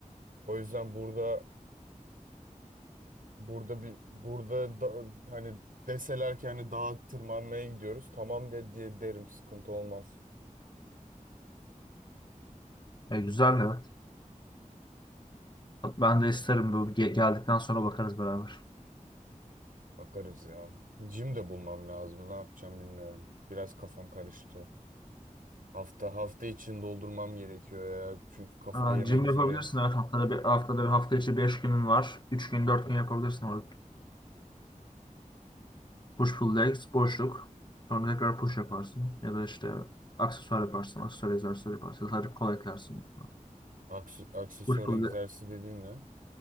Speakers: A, on the right (about 85°); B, on the left (about 35°).
A: O yüzden burada burada bir burada da, hani deseler ki hani dağa tırmanmaya gidiyoruz. Tamam de diye derim sıkıntı olmaz.
B: E, güzel evet. Ben de isterim bu ge- geldikten sonra bakarız beraber.
A: Bakarız ya. Jim de bulmam lazım. Ne yapacağım bilmiyorum. Biraz kafam karıştı. Hafta hafta için doldurmam gerekiyor ya. Çünkü kafayı
B: Aa,
A: yemek
B: Gym
A: üzereyim.
B: yapabilirsin evet haftada bir haftada bir hafta içi 5 günün var. üç gün dört gün yapabilirsin orada. Push pull legs boşluk. Sonra tekrar push yaparsın ya da işte aksesuar yaparsın, aksesuar egzersizi yaparsın. Sadece kol eklersin. büyük ihtimal.
A: Aksu- aksesuar
B: Push pull
A: egzersizi
B: leg.
A: dediğin ne?